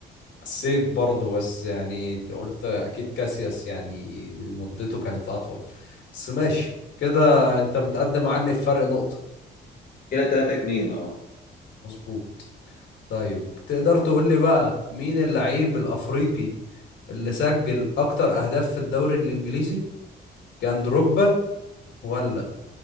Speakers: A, on the left; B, on the left.
A: سيف برضه بس يعني قلت اكيد كاسياس يعني مدته كانت اطول بس ماشي كده انت متقدم عني بفرق نقطة
B: كده 3 2 اه
A: مظبوط طيب تقدر تقول لي بقى مين اللعيب الافريقي اللي سجل اكتر اهداف في الدوري الانجليزي كان دروجبا ولا